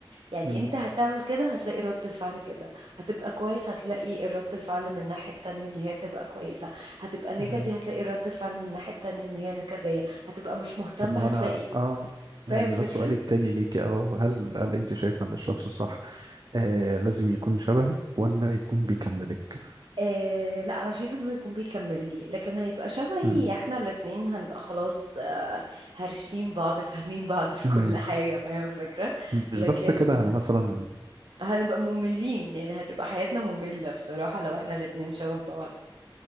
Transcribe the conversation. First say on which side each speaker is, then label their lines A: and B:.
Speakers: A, on the right; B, on the right.
A: يعني
B: مم.
A: انت هتعمل كده هتلاقي رد فعل كده هتبقى كويس هتلاقي الرد فعل من الناحية التانية ان هي تبقى كويسة هتبقى نكدي
B: مم.
A: هتلاقي رد فعل من الناحية التانية ان هي نكدية هتبقى مش مهتمة
B: طب ما هو
A: هتلاقي
B: أنا آه
A: فاهم
B: يعني
A: فكرة
B: ده سؤالي التاني ليكي أه هل هل أنت شايفة إن الشخص صح آه لازم يكون شبهك ولا يكون بيكملك
A: آه لا انا شايفه ان هو يكون بيكملني لكن هيبقى شبهي
B: مم.
A: احنا الاتنين هنبقى خلاص آه هرشين بعض فاهمين بعض في
B: مم.
A: كل حاجة فاهم فكرة
B: مش
A: لكن
B: بس كده يعني مثلا
A: هنبقى مملين يعني هتبقى حياتنا مملة بصراحة لو احنا الاتنين شبه بعض